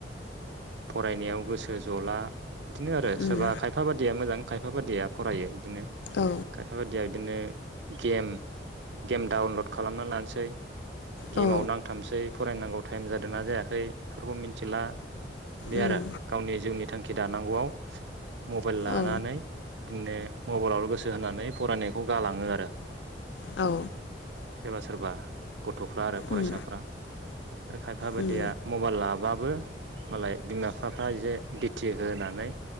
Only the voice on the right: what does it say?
फरायनायाव गोसो जला। दिनो आरो
सोरबा बादिया मोजां खायफा बादिया फरायो। बिदिनो
खाफा बायदिआ दिनो गेम गेम डाउनलड खालामना लानोसै गेमाव
नांथाबसै। फरायनांगौ टाइम जादोंना जायाखै फोरखौ मिथिला। बे
आरो गावनि जिउनि थांखि दानांगौआव मबाइल लानानै
दिनो मबाइलाव गोसो होनानै फरायनायखौ गालाङो आरो।
सोरबा सोरबा गथ'फ्रा आरो फरायसाफ्रा
आरो खायफा बायदिया
मबाइल लाबाबो‌ मालाय बिमा बिफाफ्रा एसे दिथि होनानै